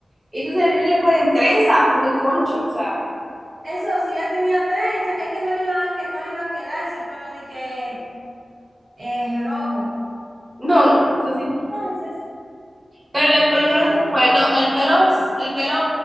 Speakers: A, on the right; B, on the right.
A: Y entonces vienen le ponen trenza, porque concho, o sea,
B: Eso sí, ya tenía trenza, es que no le iba a, que, no le iba a quedar ese pelo de que es rojo.
A: no, no, no, eso sí
B: Entonces,
A: no. Pero le- por lo
B: pero,
A: menos me acuerdo, el pelo, el pelo,